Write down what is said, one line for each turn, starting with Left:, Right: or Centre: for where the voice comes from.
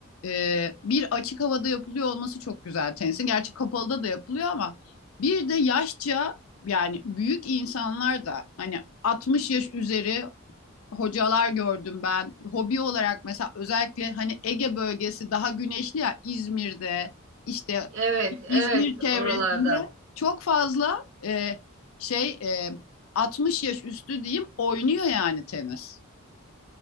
Left: Ee, bir açık havada yapılıyor olması çok güzel tenisin. Gerçi kapalıda da yapılıyor ama bir de yaşça yani büyük insanlar da hani 60 yaş üzeri hocalar gördüm ben. Hobi olarak mesela özellikle hani Ege bölgesi daha güneşli ya İzmir'de işte
Right: Evet, evet
Left: İzmir çevresinde
Right: oralarda.
Left: çok fazla e, şey e, 60 yaş üstü diyeyim oynuyor yani tenis.